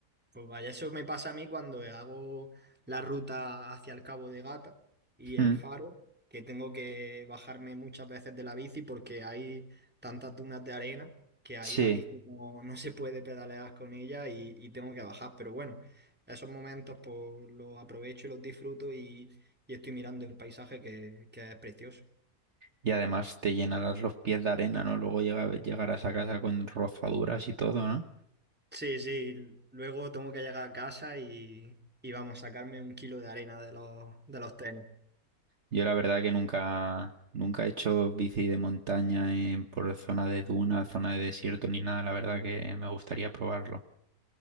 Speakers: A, in the centre; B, on the right.
A: Pues vaya, eso me pasa a mí cuando hago la ruta hacia el Cabo de Gata y el
B: Mm,
A: Faro, que tengo que bajarme muchas veces de la bici porque hay tantas dunas de arena que ahí
B: Sí,
A: la bici no, no se puede pedalear con ella y, y tengo que bajar. Pero bueno, esos momentos pues los aprovecho y los disfruto y, y estoy mirando el paisaje que, que es precioso.
B: y además te llenarás los pies de arena, ¿no? Luego llega- llegarás a casa con rozaduras y todo, ¿no?
A: Sí, sí, luego tengo que llegar a casa y, y vamos a sacarme un kilo de arena de los, de los tenis.
B: Yo la verdad que nunca, nunca he hecho bici de montaña en, por zona de duna, zona de desierto ni nada. La verdad que me gustaría probarlo.